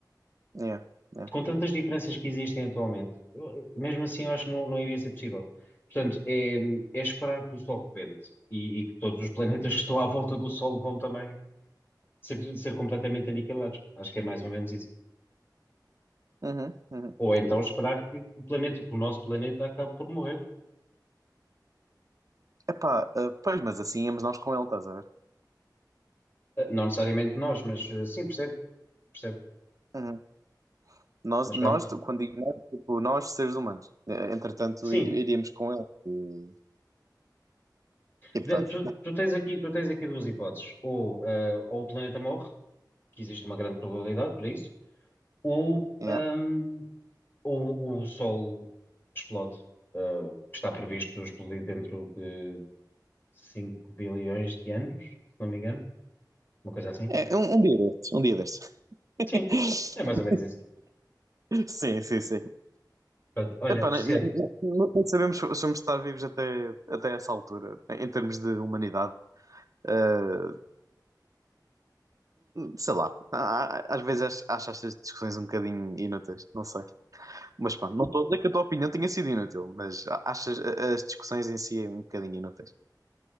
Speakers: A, on the right; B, on the left.
A: é. É
B: Com tantas diferenças que existem atualmente, eu- mesmo assim eu acho que não, não iria ser possível. Portanto, é, é esperar que o Sol rebente e, e que todos os planetas que estão à volta do Sol vão também ser, ser completamente aniquilados. Acho que é mais ou menos isso.
A: Uhum, uhum.
B: Ou então esperar que o planeta, que o nosso planeta acabe por morrer.
A: Epá, eh, pois, mas assim íamos nós com ele, estás a ver?
B: Eh, Não necessariamente nós, mas eh, sim, percebo, percebo.
A: Uhum. Nós,
B: Mas
A: nós,
B: pronto.
A: quando digo nós, tipo, nós seres humanos, Eh, entretanto,
B: Sim,
A: i- iríamos com ele. E, e pronto,
B: de- tu, tu tens aqui, tu tens aqui duas hipóteses. Ou, eh, ou o planeta morre, que existe uma grande probabilidade para isso, ou,
A: yeah.
B: hum, ou, o Sol explode, eh, que está previsto explodir dentro de 5 bilhões de anos, se não me engano. Uma coisa assim.
A: É, um, um dia destes, um dia destes.
B: Sim, é mais
A: <laughs>
B: ou menos isso.
A: Sim, sim, sim.
B: Pronto, olha,
A: Epá,
B: Cristiano,
A: nem, nem- nem- nem sabemos se se vamos estar vivos até, até essa altura, em termos de humanidade. Uh, sei lá, Há- há- às vezes acho, acho estas discussões um bocadinho inúteis, não sei. Mas pá, não estou a dizer que a tua opinião tenha sido inútil, mas a- acho as, as discussões em si é um bocadinho inúteis.